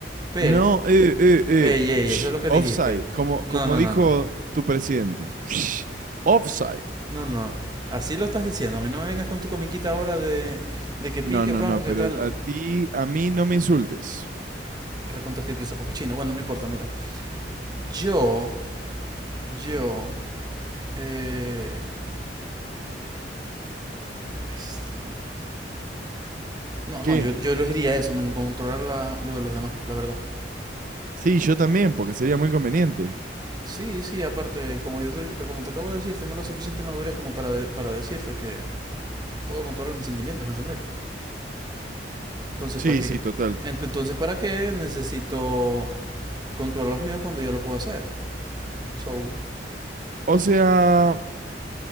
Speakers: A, on the right (about 25°); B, on the right (about 50°).
A: pero...
B: No, eh, eh, eh,
A: Ey, ey,
B: shh,
A: eso es lo que
B: offside,
A: dijiste.
B: como,
A: No,
B: como
A: no,
B: dijo
A: no, no.
B: tu presidente. shh, Offside.
A: No, no. Así lo estás diciendo. A mí no me vengas con tu comiquita ahora de, de que pin,
B: No,
A: que
B: no,
A: pan,
B: no,
A: que
B: pero
A: tal.
B: a ti, a mí no me insultes.
A: Recontra triple sapo cochino. Bueno, no importa, mira. Yo, yo... Eh, este, no,
B: ¿Qué?
A: no, yo, yo elegiría eso, me encontrará lo de los demás, la verdad.
B: Sí, yo también, porque sería muy conveniente.
A: Sí, sí, aparte, como yo te, como te acabo de decir, tengo la suficiente madurez como para, de- para decirte que puedo controlar mis sentimientos, ¿me entendéis? Entonces,
B: Sí,
A: ¿para qué?
B: sí, total.
A: Ent- entonces, ¿para qué necesito controlar los míos cuando ya lo puedo hacer? So,
B: O sea,